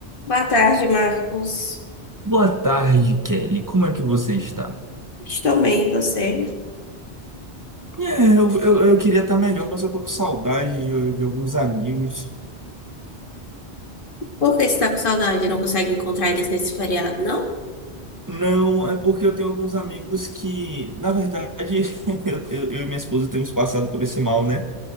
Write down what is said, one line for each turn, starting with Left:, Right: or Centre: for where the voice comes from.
Left: Boa tarde, Marcos.
Right: Boa tarde, Kelly. Como é que você está?
Left: Estou bem, e você?
Right: É, eu, eu, eu queria estar melhor, mas eu tô com saudade de, de alguns amigos.
Left: Por que você está com saudade? Não consegue encontrar eles nesse feriado, não?
Right: Não, é porque eu tenho alguns amigos que, na verdade, <laughs> eu, eu, eu e minha esposa temos passado por esse mal, né?